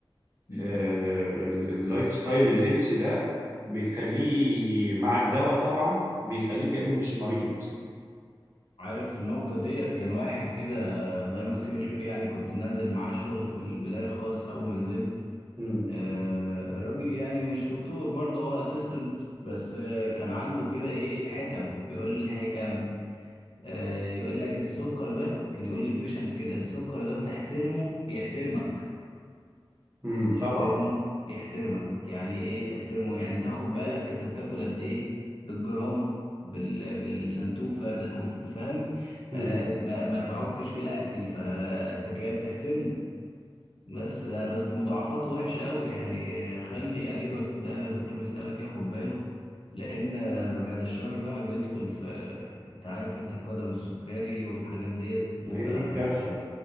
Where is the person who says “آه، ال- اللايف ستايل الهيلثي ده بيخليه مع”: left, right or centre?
Right